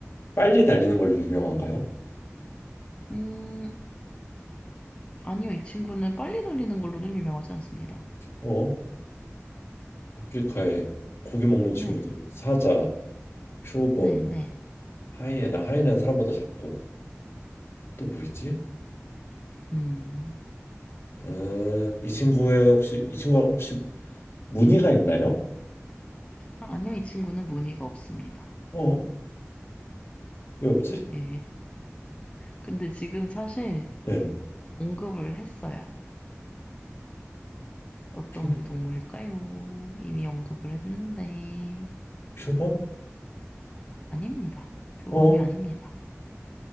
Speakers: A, on the left (about 50°); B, on the left (about 25°).
A: 빨리 달리는 걸 유명한가요?
B: 음, 아니요, 이 친구는 빨리 달리는 걸로는 유명하지 않습니다.
A: 어, 아프리카에 고기 먹는 친구들
B: 네,
A: 사자, 표범,
B: 네, 네.
A: 하이에나 하이에나는 사람보다 작고 또 뭐 있지?
B: 음,
A: 음, 이 친구의 혹시 이 친구가 혹시 무늬가 있나요?
B: 아니요, 이 친구는 무늬가 없습니다.
A: 어, 왜 없지?
B: 예, 근데 지금 사실
A: 네,
B: 언급을 했어요. 어떤
A: 표,
B: 동물일까요? 이미 언급을 했는데,
A: 표범?
B: 아닙니다. 표범이
A: 어,
B: 아닙니다.